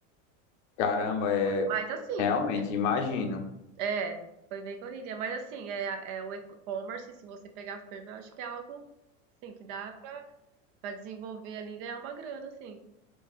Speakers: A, on the left; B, on the right.
A: Caramba, é
B: Mas assim,
A: realmente,
B: é,
A: imagino.
B: é, foi bem correria, mas assim, é, é o e-commerce, se você pegar firme, eu acho que é algo, assim, que dá pra Pra desenvolver ali e ganhar uma grana, assim.